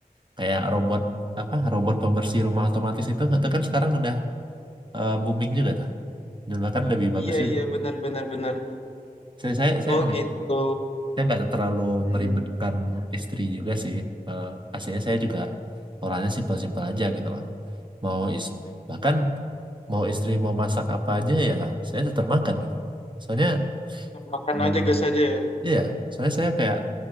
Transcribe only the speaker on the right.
kayak robot apa robot pembersih rumah otomatis itu itu kan sekarang udah eh, booming juga tuh dan bahkan lebih bagus
juga
saya saya saya
saya nggak terlalu
meribetkan istri juga sih. Eh, aslinya saya juga orangnya simpel-simpel aja gitu lah. Mau is bahkan mau istri mau masak apa aja ya saya tetap makan gitu. Soalnya
eh,
iya, soalnya saya kayak